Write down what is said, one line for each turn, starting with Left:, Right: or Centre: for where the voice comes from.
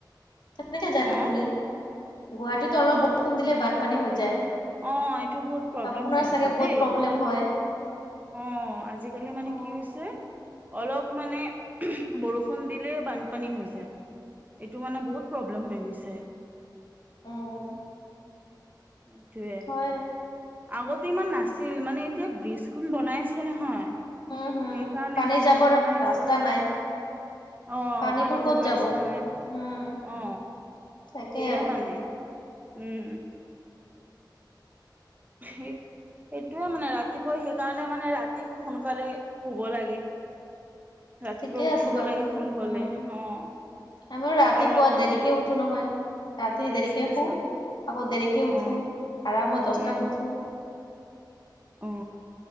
Left: কেনেকে যানে
Right: অঁ
Left: আপুনি, গুৱাহাটীত অলপ বৰষুণ দিলে বানপানী হৈ যায়।
Right: অ', এইটো বহুত প্ৰব্লেম্
Left: আপোনাৰ
Right: হৈ
Left: চাগে
Right: আছে দেই,
Left: বহুত প্ৰব্লেম হয়।
Right: অহ', আজিকালি মানে
Left: অ
Right: কি হৈছে। অলপ মানে বৰষুণ দিলে বানপানী হৈ যায়। এইটো মানে বহুত প্ৰব্লেম্ হৈ গৈছে।
Left: অহ',
Right: এইটোৱে
Left: হয়।
Right: আগতে ইমান নাছিল। মানে এতিয়া ব্ৰিজখন বনাই আছে নহয়।
Left: উম হম
Right: সেইকাৰণে
Left: পানী
Right: ব্ৰীজ
Left: যাবৰ
Right: বনাই আছে।
Left: ৰাস্তা নাই
Right: অহ',
Left: পানীবোৰ
Right: পানী
Left: ক'ত
Right: যাবৰ
Left: যাব
Right: ৰাস্তা নাই।
Left: উম
Right: অ,
Left: তাকে
Right: সেইয়া
Left: আৰু
Right: মানে উম', সেই সেইটোযে মানে, ৰাতিপুৱা সেইকাৰণে মানে ৰাতি সোনকালে শুব লাগে। ৰাতিপুৱা
Left: ঠিকে
Right: উঠিব
Left: আছে বাৰু
Right: লাগে সোনকালে,
Left: উম
Right: অ',
Left: আমিও ৰাতিপুৱা
Right: তাৰ আগত
Left: দেৰিকে উঠো নহয়। ৰাতি দেৰিকে
Right: আচ্ছা আচ্ছা
Left: শুৱ, আকৌ দেৰিকে উঠো,
Right: অ'
Left: আৰামত দছটাত
Right: উম
Left: উঠো।
Right: অ',